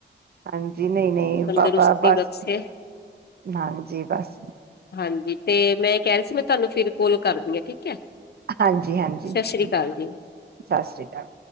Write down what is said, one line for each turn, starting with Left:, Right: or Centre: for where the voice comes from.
Right: ਹਾਂਜੀ ਨਹੀਂ-ਨਹੀਂ
Left: ਤੰਦਰੁਸਤੀ
Right: ਬਾਬਾ ਬਸ
Left: ਬਖਸ਼ੇ
Right: ਹਾਂਜੀ ਬਸ।
Left: ਹਾਂਜੀ ਤੇ ਮੈਂ ਕਹਿ ਰਹੀ ਸੀ ਮੈਂ ਤੁਹਾਨੂੰ ਫਿਰ ਕੋਲ ਕਰਦੀ ਹਾਂ ਠੀਕ ਹੈ।
Right: ਹਾਂਜੀ-ਹਾਂਜੀ।
Left: ਸਤਿ ਸ੍ਰੀ ਅਕਾਲ
Right: ਸਤਿ
Left: ਜੀ।
Right: ਸ਼੍ਰੀ ਅਕਾਲ।